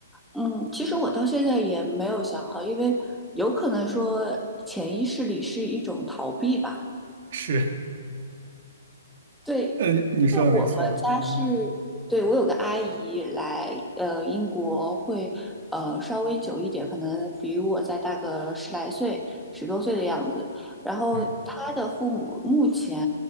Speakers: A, in the centre; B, on the right.
A: 嗯，其实我到现在也没有想好，因为有可能说潜意识里是一种逃避吧。
B: 是。
A: 对，
B: 嗯，你说的没错，
A: 对我们家是，
B: 嗯
A: 对我有个阿姨来，呃，英国会，呃，稍微久一点，可能比我再大个十来岁、十多岁的样子。然后她的父母目前
B: 嗯